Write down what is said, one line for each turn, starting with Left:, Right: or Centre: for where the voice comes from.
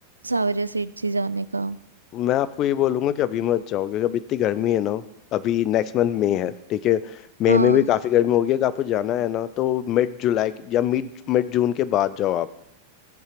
Right: सावरिया सीट जी जाने का
Left: मैं आपको ये बोलूंगा कि अभी मत जाओ क्योंकि अभी इतनी गर्मी है ना अभी नेक्स्ट मंथ मई है ठीक है मई
Right: हाँ
Left: में भी काफी गर्मी होगी अगर आपको जाना है ना तो मिड जुलाई के- या मिड मिड जून के बाद जाओ आप